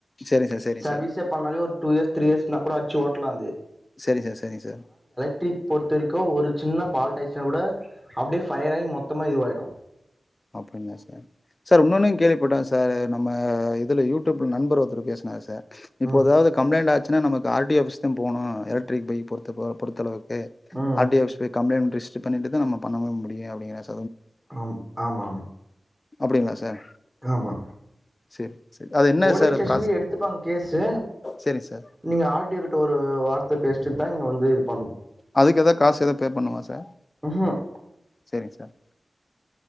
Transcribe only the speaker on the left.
சேரிங் சார் சேரிங்
சார்
சரி சார் சரிங்க சார்
அப்படிந்தா சார் சார் உன்னொன்னு கேள்விப்பட்டே சார் நம்ம இதுல யூடியூப்ல நண்பர் ஒருத்தர் பேசுனாரு சார் இப்போ
ஏதாவது கம்ப்ளைண்ட் ஆச்சு ஏன்னா நமக்கு ஆர் டி ஆஃபிஸ் தா போகும் எலக்ட்ரிக் பைக் பொறுத்த பொ பொறுத்தளவுக்கு
ஆர் டி ஆபிஸ் போய் கம்ளைண்ட் ரிஸ்டர் பண்ணிட்டுதா நம்ம பண்ணவே முடியு அப்டிங்கிறாரு
அப்படிங்களா சார்
சேரி சேரி அது என்ன
சார்
ப்ராஸ்
சேரிங் சார்
அதுக்கு எதாவது காசு எது பே பண்ணுமா சார்
செரிங்க சார்